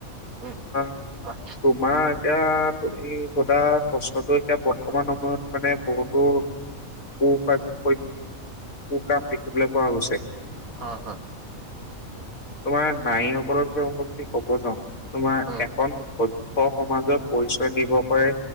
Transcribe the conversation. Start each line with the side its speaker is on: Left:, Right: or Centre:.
Right: উম
Left: অ,
Right: হয়
Left: তোমাৰ এতিয়া তুমি সোধা বছৰটো এতিয়া বৰ্তমান সময়ত মানে বহুতো কৰ পৰা কৰিম কু কাম দেখিবলৈ পোৱা গৈছে।
Right: হয় হয়
Left: তোমাৰ নাৰীসকলৰ বিষয়ে মই যদি কব যাওঁ, তোমাৰ
Right: উম
Left: এখন স স সমাজৰ পৰিচয় নিৰ্ভৰ কৰে